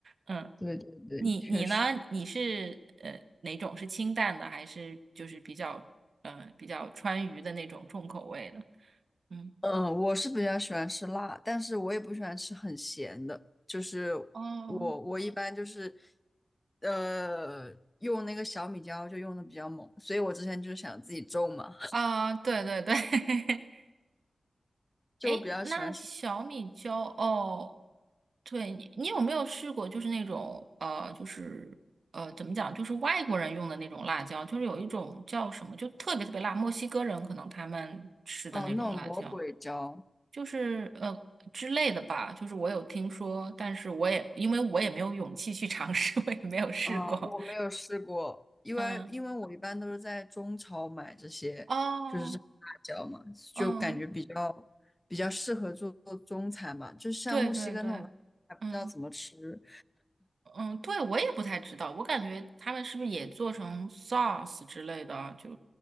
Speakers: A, on the right; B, on the left.
A: 嗯，
B: 对对对，
A: 你你呢？
B: 确实。
A: 你是呃哪种是清淡的，还是就是比较呃比较川渝的那种重口味的？嗯，
B: 嗯，我是比较喜欢吃辣，但是我也不喜欢吃很咸的。就是
A: 哦，
B: 我我一般就是，呃，用那个小米椒就用的比较猛，所以我之前就是想自己种嘛。
A: 啊，对对对，<laughs>
B: 就我比较喜欢吃
A: 诶，那小米椒哦，对你，你有没有试过？就是那种呃，就是呃，怎么讲？就是外国人用的那种辣椒，就是有一种叫什么，就特别特别辣，墨西哥人可能他们吃的那种辣椒，
B: 哦那种魔鬼椒，
A: 就是呃之类的吧。就是我有听说，但是我也因为我也没有勇气去尝试，<laughs> 我也没有试过。
B: 呃，我没有试过，因为因为我一般都是在中超买这些，
A: 嗯，哦，
B: 就是这种辣椒嘛，
A: 嗯，
B: 就感觉比较比较适合做做中餐吧，就像墨西哥那种还不知道怎么吃
A: 对对对，嗯。嗯，对，我也不太知道，我感觉他们是不是也做成 sauce 之类的啊，就